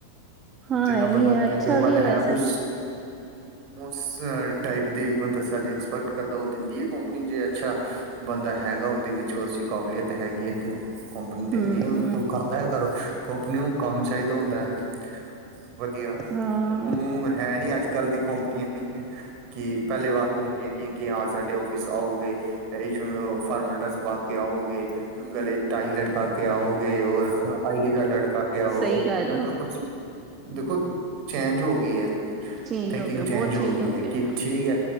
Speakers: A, on the right (about 25°); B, on the right (about 40°).
A: ਹਾਂ
B: ਜਿੰਨਾ
A: ਇਹ
B: ਬੰਦਾ
A: ਵੀ ਹੈ ਅੱਛਾ
B: ਕਪੈਬਲ
A: ਵੀ
B: ਹੈ।
A: ਵੈਸੇ
B: ਉਸ
A: ਤੇ
B: ਉਸ ਟਾਈਪ ਦੀ ਬੰਦਾ ਸੈਲਰੀ ਐਕਸਪੈਕਟ ਕਰਦਾ ਉਹ ਦਿੰਦੀ ਹੈ। ਕੰਪਨੀ ਜੇ ਅੱਛਾ! ਬੰਦਾ ਹੈਗਾ। ਉਹਦੇ ਵਿੱਚ ਜੋ ਅਸੀਂ ਕਾਬਲੀਅਤ ਹੈਗੀ ਹੈ ਤੇ ਕੰਪਨੀ ਦਿੰਦੀ
A: ਹੂੰ-ਹੂੰ
B: ਹੈ। ਉਹਨੂੰ ਤੇ ਉਹ ਕਰਦਾ ਹੈ ਘਰੋ। ਕੰਪਨੀ ਉਹਨੂੰ। ਕੰਮ ਚਾਹੀਦਾ ਹੁੰਦਾ ਹੈ ਵਧੀਆ
A: ਹਾਂ।
B: ਉਹਨੂੰ ਹੈ ਨੀ ਅੱਜ ਕਲ ਦੀ ਕੋਮ ਇਆ ਨ ਕਿ ਪਹਿਲੇ ਵਾਰ ਕੰਪਨੀਆ ਨੀ ਕਿ ਹਾਂ ਸਾਡੇ ਓਫਿਸ ਆਉਗੇ। ਜਿਵੇਂ ਫਾਰਮਲਟਸ ਪਾ ਕੇ ਆਓਗੇ। ਗਲੇ ਟਾਈ ਲਟਕਾ ਕੇ ਆਓਗੇ ਔਰ ਆਈ ਡੀ ਕਾਰਡ ਲਟਕਾ ਕੇ ਆਓਗੇ।
A: ਸਹੀ ਕਹਿ ਰਹੇ
B: ਇਦਾਂ
A: ਹੋ
B: ਕੁਛ ਦੇਖੋ ਚੇਂਜ ਹੋ ਗਈ ਹੈ
A: ਚੇਂਜ
B: ਥਿੰਕਿੰਗ
A: ਹੋ ਗਿਆ
B: ਚੇਂਜ
A: ਬਹੁਤ
B: ਹੋ ਗਈ ਹੈ
A: ਗਿਆ
B: ਕਿ
A: ਨਾ
B: ਠੀਕ ਹੈ।